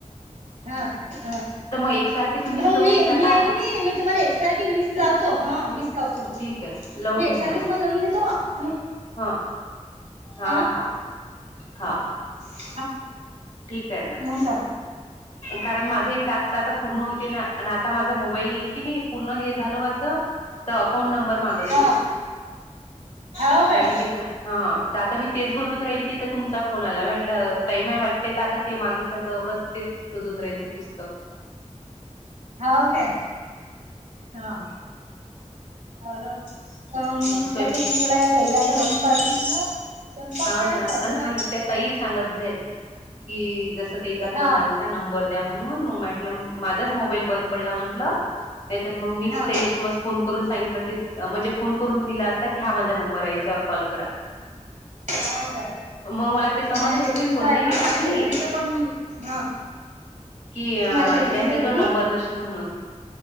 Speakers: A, on the right; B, on the left.
A: हा हा
B: तर मग एकसारखे तुम्हीच
A: मग
B: लावून
A: मी
B: घेता
A: मी
B: का
A: आहे की नाही मी तुम्हाला एकसारखी मिस लावतो हा मिस लावतो मग.
B: ठीक आहे लावून
A: मी एकसारखे
B: घ्या मग
A: तुम्हाला लोन घेतो मग,
B: ह हा
A: ह
B: हा हा
A: ह
B: ठीक आहे ना
A: ह सर.
B: कारण माझ हे टास्क आता पूर्ण होते ना आणि आता माझा मोबाईल कि नाही पूर्ण हे झालं माझं. तर अकाउंट नंबर मागत
A: हा
B: आहे
A: हो काय
B: बँकेचा. हा तर आता मी तेच भरून राहील की तर तुमचा फोन आला म्हटलं तई माय वाटते तर आता. ते मागितलं तर बस तेच शोधून राहील ते पुस्तक.
A: हो का हा. होल तर मग मी
B: ह
A: म्हटल
B: स्वयं
A: की म इकडे तला आता लवन पाहिज म्हटलं. स्वयंपाक
B: हाव
A: काय
B: ना
A: चालू
B: आणि म्हणले
A: आहे.
B: त्या त सांगत जा की जस त्याचा
A: हा
B: फोन आला. नंबर द्या म्हणून मग माटलं माझाच मोबाईल बंद पडला म्हटलं नाही तर मग मीस
A: हा
B: समज फोन करून सांगितलं की म्हणजे फोन करून दिला असता की हा माझा नंबर आहे याच्यावर कॉल करा.
A: हाव का?
B: मग मला ते समजलंच
A: माझ्या जेठाणीचं
B: मी फोन
A: आहे
B: नाही
A: ना,
B: केला
A: माझ्या
B: की
A: जेठाणीच
B: नाही
A: पण हा.
B: कि अ
A: माझ्या जेठणीचं
B: यांच्या
A: आहे
B: जवळ
A: की नाही
B: नंबर नशील म्हणून.